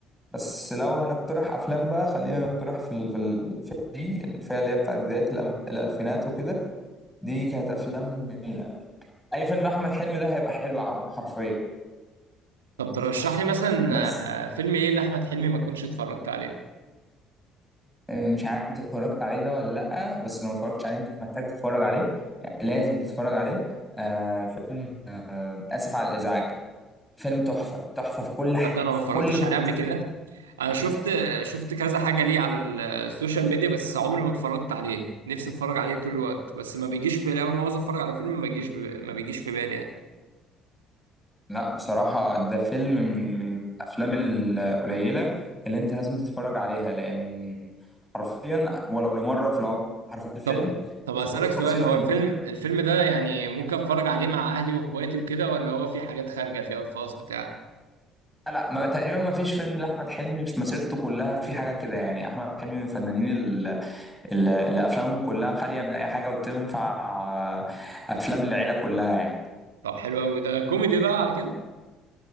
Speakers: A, in the centre; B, on the right.
A: بس لو هنقترح افلام بقى خلينا نقترح في ال... في الفئه دي الفئه اللي هي بتاعت بدايه الأم- الالفينات وكده دي كانت افلام جميله اي فيلم احمد حلمي ده هيبقى حلو عر- حرفيا
B: طب ترشح لي مثلا
A: بس
B: آه، فيلم إيه لأحمد حلمي ما كنتش اتفرجت عليه؟
A: آه، مش عارف انت اتفرجت عليه ده ولا لا بس لو ما اتفرجتش عليه انت محتاج تتفرج عليه يعني لازم تتفرج عليه آه فيلم اسف على الازعاج فيلم تحفه تحفه في كل ح...
B: تصدق أنا
A: في
B: ما اتفرجتش
A: كل تفصيله
B: عليه قبل كده أنا شفت شفت كذا حاجة ليه على السوشيال ميديا بس عمري ما اتفرجت عليه نفسي اتفرج عليه طول الوقت بس ما بيجيش في بالي أول ما عاوز اتفرج على فيلم ما بيجيش ما بيجيش في بالي يعني
A: لا بصراحة ده فيلم من من الأفلام القليلة اللي أنت لازم تتفرج عليها لأن حرفيا ولو لمرة في العمر حرفيا الفيلم
B: طب طب أسألك
A: في كل
B: سؤال
A: تفصيلة
B: هو
A: فيه
B: الفيلم الفيلم ده يعني ممكن اتفرج عليه مع أهلي وإخواتي وكده ولا هو في حاجات خارجة فيها الفاظ بتاع
A: لا لا، ما تقريبا ما فيش فيلم لأحمد حلمي في مسيرته كلها في حاجة كده يعني أحمد حلمي من الفنانين ال- ال- اللي أفلامهم كلها خالية من أي حاجة وتنفع آه، أفلام للعيلة كلها يعني
B: طب حلو قوي ده كوميدي بقى على كده